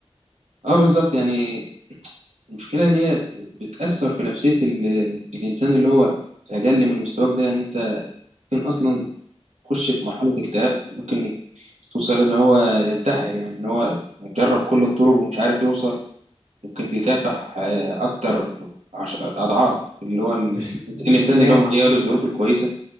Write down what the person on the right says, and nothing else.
اه بالظبط يعني المشكلة إن هي بتأثر في نفسية ال- الإنسان اللي هو الأقل من مستواك ده يعني أنت ممكن أصلا يخش في مرحلة اكتئاب ممكن توصل إن هو ينتحر يعني إن هو جرب كل الطرق ومش عارف يوصل ممكن بيكافح آه، أكتر عش... أضعاف اللي هو ال...
الإنسان
اللي
هو مهيأ له الظروف الكويسة